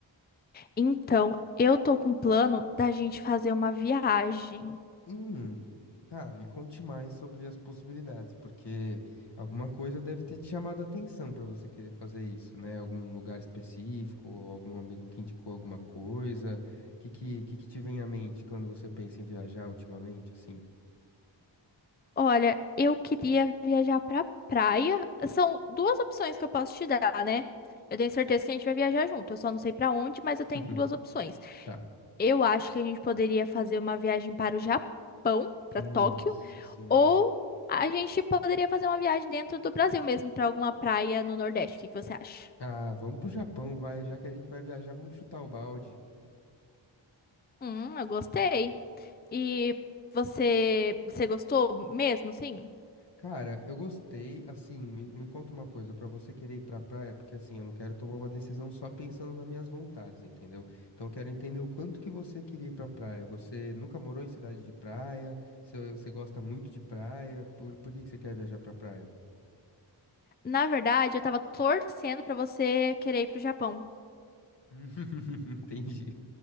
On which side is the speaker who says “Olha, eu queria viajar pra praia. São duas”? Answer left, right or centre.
Left